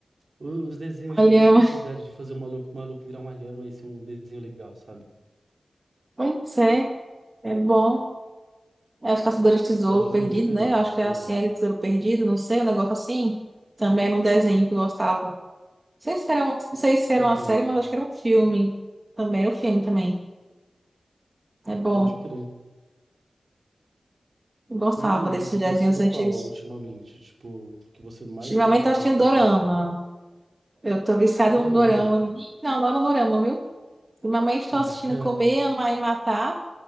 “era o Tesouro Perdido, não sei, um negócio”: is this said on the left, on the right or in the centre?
Right